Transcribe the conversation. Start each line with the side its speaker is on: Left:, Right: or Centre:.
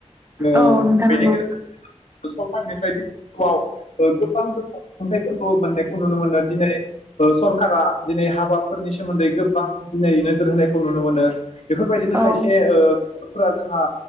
Left: ओ
Right: औ नोंथां
Left: बेनि
Right: नंगौ
Left: गेजेराव <unintelligible> सरकारनिफ्राय <unintelligible> ओ गोबां जों खुंथाइफोरखौ मोननायखौ नुनो मोनो दिनै ओ सरकारा‌ दिनै हाबाफोरनि सोमोन्दै गोबां दिनै नोजोर होनायखौ खौ नुनो मोनो बेफोरबायदिनो
Right: औ
Left: खायसे ओ। जोंहा